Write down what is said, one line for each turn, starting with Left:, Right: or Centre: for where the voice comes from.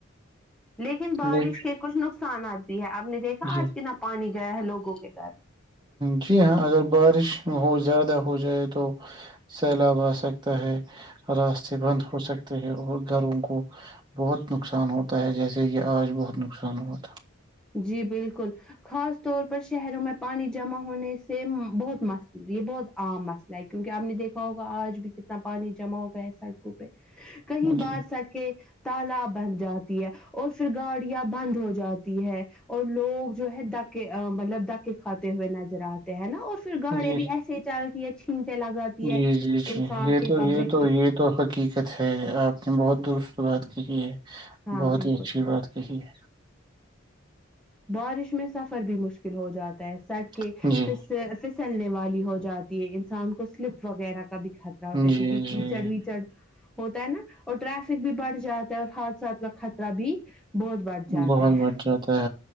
Centre: لیکن بارش
Right: ل
Centre: کے کچھ نقصانات بھی ہے آپ نے دیکھا
Right: جی
Centre: آج کنا پانی گ ہے لگوں کے سار
Right: جی ہاں اگر بارش ب زیادہ ہو جائے تو سیلاب آ سکتا ہے راستے بند ہو سکتے ہیں اور گروں کو کو بہت نقصان ہوتا ہے جیسے کہ آج بہت نقصان ہوا تھا
Centre: جی بالکل خاص طور پر شہروں میں پانی جمع ہونے سے بہت مس یہ بہت عام مسئلہ ہے کیونکہ آپ نے دیکھا ہوگا آج بھی کتنا پانی جمع ہو گیا ہے سڑکوں پہ کہیں بار
Right: جی
Centre: سٹ کے تال بن جاتا ہے اور پھر گاڑیاں بند ہو جاتی ہے اور لوگ جو ہے ڈکے مطلب ڈاکے کھاتے ہوئے نظر آتے ہیں ہے نا اور پھر گاڑیاں
Right: جی
Centre: بھی ایسے ہی چلتی ہے چھینٹیں لگاتی
Right: جی
Centre: ہے
Right: جی جی
Centre: انسان
Right: یہ
Centre: کے
Right: تو
Centre: کپڑے
Right: یہ
Centre: خراب۔
Right: تو یہ تو حقیقت ہے آپ نے بہت دست شروعات کی ہے
Centre: ہاں
Right: بہت
Centre: بالکل
Right: ہی اچھی بات کہی ہے
Centre: بارش میں سفر بھی مشکل ہو جاتا ہے سڑک
Right: ہے جی
Centre: پ پسلنے والے وال ہو جاتی انسان کو سلپ وغیرہ کا بھی خطرہ ہوتا
Right: جی
Centre: ہے کیونکہ کی
Right: جی
Centre: چڑھ بھیی چڑھ ہوتا ہے نا اور ٹریفک بھی بڑھ جاتا اور حاتھثاتھ کا خطرہ بھی بہت بڑھ جاتا
Right: بہت
Centre: ہے
Right: بٹ جاتا ہے